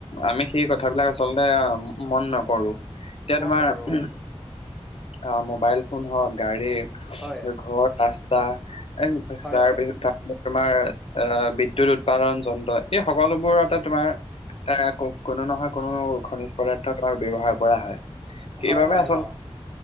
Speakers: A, on the left (about 65°); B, in the centre.
A: আমি সেই কথাবিলাক আচলতে মন নকৰো এতিয়া
B: মন
A: তোমাৰ
B: নকৰো অ
A: অ, মোবাইল ফোন হওঁক গাড়ী
B: হয়।
A: ঘৰ ৰাস্তা এ
B: হয়
A: তাৰপিছত
B: হয়
A: তাৰ তোমাৰ এ বিদ্যুৎ উৎপাদন যন্ত্ৰ এই সকলোবোৰতে তোমাৰ এ কোনো নহয় কোনো খনিজ পদাৰ্থতাৰ ব্যৱহাৰ কৰা হয়। সেইবাবে
B: হয়- হয়
A: আচল
B: অ।